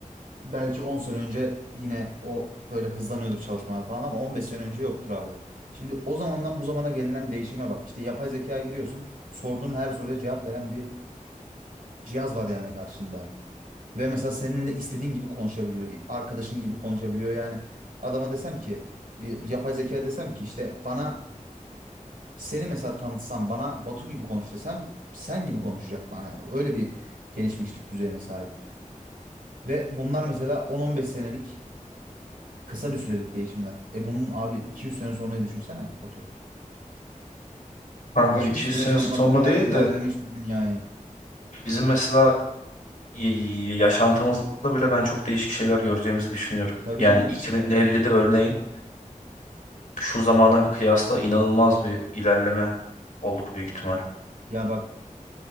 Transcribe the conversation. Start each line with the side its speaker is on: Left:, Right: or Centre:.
Right: Belki 10 sene önce yine o böyle hızlanıyordur çalışmalar falan ama 15 sene önce yoktur abi. Şimdi o zamandan bu zamana gelinen değişime bak. İşte yapay zekaya giriyorsun. Sorduğun her soruya cevap veren bir cihaz var yani karşında. Ve mesela seninle istediğin gibi konuşabiliyor. Arkadaşın gibi konuşabiliyor. Yani adama desem ki bir yapay zekaya desem ki işte bana seni mesela tanıtsam bana Batu gibi konuş desem sen gibi konuşacak bana. Yani öyle bir gelişmişlik düzeyine sahip. Ve bunlar mesela on on beş senelik Kısa bir sürelik değişimler. E bunun abi 200 sene sonrayı düşünsene Batu.
Left: Kanka
Right: 200
Left: 200
Right: sene
Left: sene
Right: sonra
Left: sonra
Right: bu kadar
Left: değil
Right: ilerlemiş
Left: de
Right: bir dünyayı.
Left: bizim mesela y- yaşantımızda bile ben çok değişik şeyler göreceğimizi düşünüyorum.
Right: Tabii
Left: Yani
Right: canım.
Left: 2050'de örneğin şu zamana kıyasla inanılmaz bir ilerleme olur büyük ihtimal.
Right: Ya bak